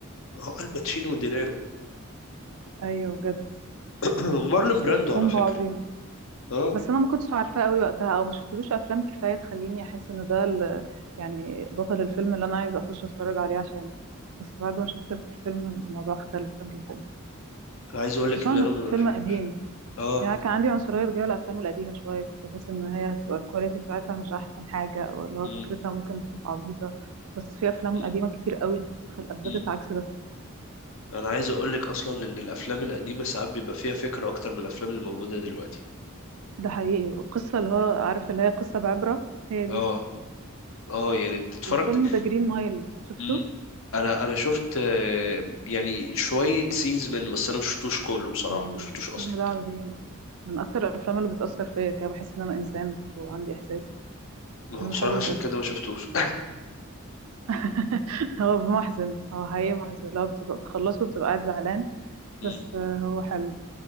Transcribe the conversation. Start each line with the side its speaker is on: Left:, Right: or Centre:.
Left: ما هو الباتشينو ودينيرو
Right: ايوه بجد
Left: <clears throat> مارلون براندو
Right: آه، كومبو
Left: على فكره
Right: عظيم
Left: اه
Right: بس انا ما كنتش عارفاه قوي وقتها او ما شفتلوش افلام كفايه تخليني احس ان ده ال- يعني بطل الفيلم اللي انا عايزه اخش اتفرج عليه عشانه بس بعد ما شفت الفيلم الموضوع اختلف جدا
Left: انا عايز اقول لك
Right: خصوصا
Left: ان
Right: انه
Left: انا ما
Right: فيلم
Left: شفتوش
Right: قديم
Left: اه
Right: يعني كان عندي عنصريه تجاه الافلام القديمه شويه كنت بحس ان هي هتبقى الكواليتي بتاعتها مش احسن حاجه او اللي هو
Left: مم.
Right: فكرتها ممكن تبقى عبيطه بس في افلام
Left: مم.
Right: قديمه كتير قوي اثبتت
Left: مم.
Right: عكس ده
Left: انا عايز اقول لك اصلا ان الافلام القديمه ساعات بيبقى فيها فكره اكتر من الافلام اللي موجوده دلوقتي
Right: ده حقيقي والقصه اللي هو عارف اللي هي قصه بعبره هي دي
Left: اه اه يعني انت اتفرجت
Right: فيلم ذا جرين مايل شفته
Left: مم. انا انا شفت آه، يعني شويه سينز منه بس انا ما شفتوش كله بصراحه
Right: امم
Left: ما شفتوش اصلا
Right: الفيلم ده عظيم من اكتر الافلام اللي بتاثر فيا كده بحس ان انا انسان وعندي احساس
Left: ما
Right: فيلم
Left: هو بصراحه
Right: حلو
Left: عشان
Right: بجد
Left: كده ما شفتوش
Right: <laughs> هو محزن هو حقيقي محزن لو بتبقى بتخلصه وبتبقى قاعد زعلان
Left: <laughs> مم.
Right: بس آه، هو حلو